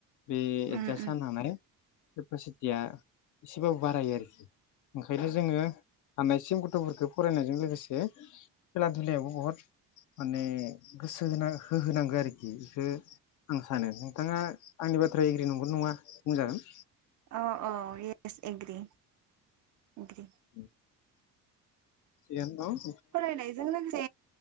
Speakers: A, on the left (about 45°); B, on the right (about 40°).
A: बे एदजास्ट
B: उम उम
A: जानानै केपासिटिया एसेबाबो बारायो आरोखि ओंखायनो जोङो हानायसिम गथ'फोरखौ फरायनायजों लोगोसे खेला धुलायावबो बहुद माने गोसो होना होहोनांगौ आरोखि इखो आं सानो नोंथाङा आंनि बाथ्राया एग्रि नंगोन नङा बुंजागोन।
B: औ औ येस एग्रि एग्रि
A: <inaudible> थिगानो न?
B: फरायनायजों लोगोसे